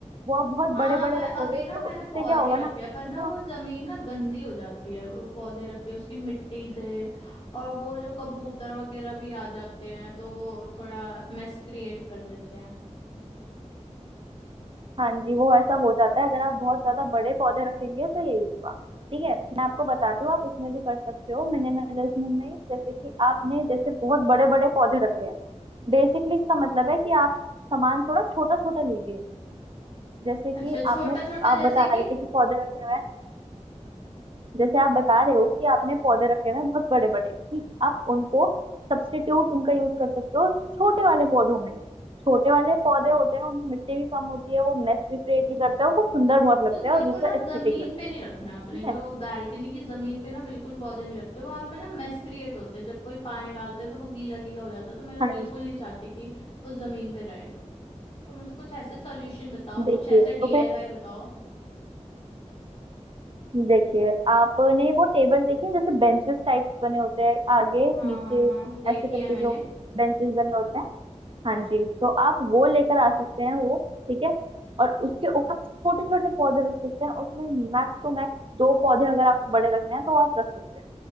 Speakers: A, on the right; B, on the left.
A: वो आप बहुत
B: हाँ
A: बड़े बड़े
B: मैं
A: रखोगे
B: अभी ना
A: तो
B: मैंने
A: इससे
B: पौधे
A: क्या होगा
B: ही रखे
A: ना
B: हैं
A: कि
B: पर
A: ये
B: ना
A: जो
B: वो जमीन ना गंदी हो जाती है वो पौधे रख के उसकी मिट्टी से और वो जो कबूतर वगैरह भी आ जाते हैं तो वो थोड़ा मेस क्रिएट कर देते हैं
A: हाँ जी वो ऐसा हो जाता है अगर आप बहुत ज्यादा बड़े पौधे रखेंगे तो यही होगा ठीक है मैं आपको बताती हूँ आप इसमें भी कर सकते हो मिनिमलिज्म में जैसे कि आपने जैसे बहुत बड़े बड़े पौधे रखे हैं बेसिकली इसका मतलब है कि आप सामान थोड़ा छोटा छोटा लीजिए जैसे
B: अच्छा
A: कि आपने
B: छोटा छोटा
A: आप बता
B: जैसे कि
A: रहे थे कि पौधे रखे हुए हैं जैसे आप बता रहे हो कि आपने पौधे रखे हुए हैं बहुत बड़े बड़े ठीक आप उनको सब्स्टिट्यूट उनका यूज कर सकते हो छोटे वाले पौधों में छोटे वाले पौधे होते हैं उनमें मिट्टी भी कम होती है वो मेस भी क्रिएट नहीं करते हैं वो सुंदर बहुत लगता
B: तो
A: है
B: मेरे
A: और दूसरा
B: को ना
A: एस्थेटिक
B: जमीन
A: लगता
B: पे नहीं
A: है
B: रखना है
A: ठीक
B: अपने जो
A: है
B: बालकनी की जमीन पे ना बिल्कुल पौधे नहीं रखते वहां पे ना मेस क्रिएट होते हैं जब कोई पानी डालते हैं तो वो गीला गीला हो जाता है तो मैं
A: हाँ
B: बिल्कुल
A: जी
B: नहीं चाहती कि वो जमीन पे रहे तो मुझे कुछ ऐसे सॉल्यूशन बताओ
A: देखिए
B: कुछ ऐसा
A: तो
B: डीआईवाई
A: फिर
B: बताओ
A: देखिए आपने वो टेबल देखी है, जैसे बेंचेस टाइप बने होते हैं आगे
B: हाँ
A: नीचे
B: हाँ हाँ देखी
A: ऐसे करके
B: है मैंने
A: जो बेंचेस बने होते हैं हाँ जी तो आप वो लेकर आ सकते हैं वो ठीक है और उसके ऊपर छोटे छोटे पौधे रख सकते हैं उसमें मैक्स टू मैक्स दो पौधे अगर आपको बड़े रखने हैं तो आप रख सकते हैं